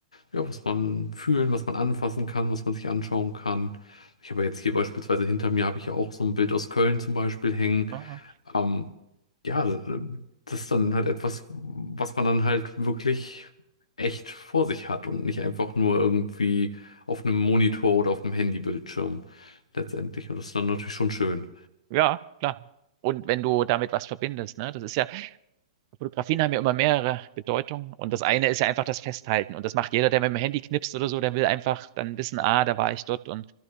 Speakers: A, on the left; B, on the right.
A: ja, was man fühlen, was man anfassen kann, was man sich anschauen kann. Ich habe jetzt hier beispielsweise hinter mir habe ich ja auch so ein Bild aus Köln zum Beispiel hängen.
B: äh,
A: Ähm, ja, äh, das ist dann halt etwas, was man dann halt wirklich echt vor sich hat und nicht einfach nur irgendwie auf einem Monitor oder auf einem Handybildschirm letztendlich. Und das ist dann natürlich schon schön.
B: ja, klar. Und wenn du damit was verbindest, ne, das ist ja, Fotografien haben ja immer mehrere Bedeutungen und das eine ist ja einfach das Festhalten und das macht jeder, der mit dem Handy knipst oder so, der will einfach dann wissen, ah, da war ich dort und